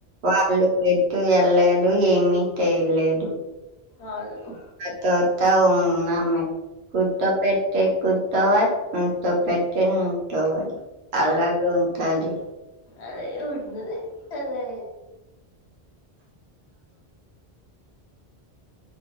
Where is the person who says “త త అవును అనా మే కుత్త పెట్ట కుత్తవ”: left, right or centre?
Right